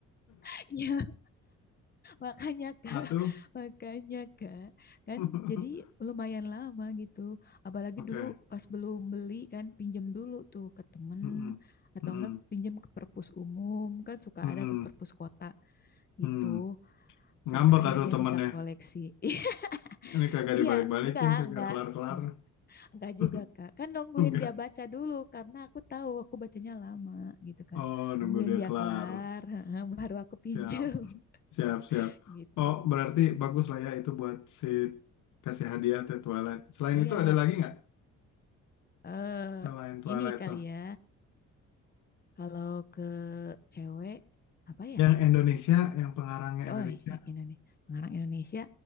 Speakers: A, on the left (about 30°); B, on the left (about 80°).
A: <laughs> Iya, Makanya Kak,
B: Atuh.
A: <laughs> makanya Kak, kan
B: <laughs>
A: jadi lumayan lama gitu. Apalagi
B: Oke.
A: dulu pas belum beli kan pinjem dulu tuh ke temen
B: Mm-mm.
A: atau
B: Mm-mm.
A: enggak pinjem ke perpus umum kan suka
B: Mm-mm.
A: ada tuh perpus kota
B: Mm.
A: gitu
B: Ngambek
A: sampai akhirnya
B: atau temennya.
A: bisa koleksi. <laughs>
B: Ini kagak
A: Iya,
B: dibalik-balikin,
A: enggak,
B: kagak
A: enggak.
B: kelar-kelar.
A: Mm, Enggak
B: <laughs>
A: juga Kak. Kan nungguin
B: Enggak.
A: dia baca dulu karena aku tahu aku bacanya lama gitu kan.
B: Oh, nunggu
A: Nungguin
B: dia
A: dia
B: kelar.
A: kelar <laughs> baru aku pinjem
B: Siap, siap, siap.
A: <laughs> gitu.
B: Oh, berarti bagus lah ya itu buat si kasih hadiah The Twilight. Selain
A: Iya,
B: itu ada lagi nggak?
A: eh
B: Selain Twilight
A: ini kali
B: tuh.
A: ya. Kalau ke cewek apa ya?
B: Yang Indonesia, yang pengarangnya Indonesia.
A: Oh, yang ini nih. Pengarang Indonesia.